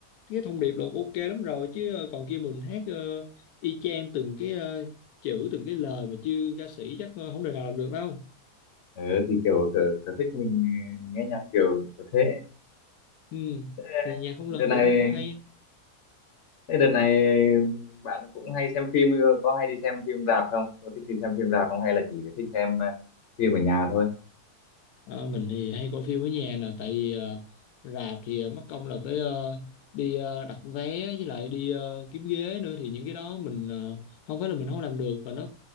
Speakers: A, on the left; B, on the left.
A: cái thông điệp là ok lắm rồi chứ ờ, còn kia mình hát ờ, y chang từng cái ờ, chữ từng cái lời mà chứ ca sĩ chắc ờ, không đời nào làm được đâu
B: Ờ, thì kiểu sở, sở thích mình nghe nhạc kiểu kiểu thế
A: ừ
B: Thế
A: thì nhạc không
B: đợt
A: lời
B: này
A: thì nó cũng hay
B: thế đợt này bạn cũng hay xem phim ừ, có hay đi xem phim rạp không có thích đi xem phim rạp không hay là chỉ thích xem ờ, phim ở nhà thôi
A: Ờ, mình thì hay coi phim ở nhà nè tại vì ờ, rạp thì ờ, mất công là phải ờ, đi ờ, đặt vé với lại đi ờ, kiếm ghế nữa thì những cái đó mình ờ, không phải là mình không làm được mà nó